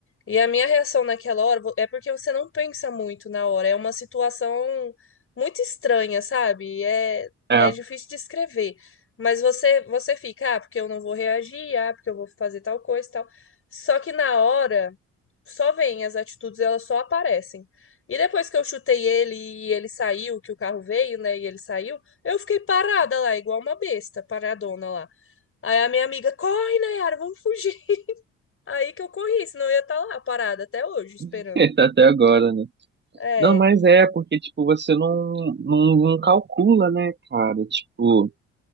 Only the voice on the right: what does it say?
É,
<laughs> até agora, né?
Não, mas é, porque, tipo, você não, não, não calcula, né, cara? Tipo,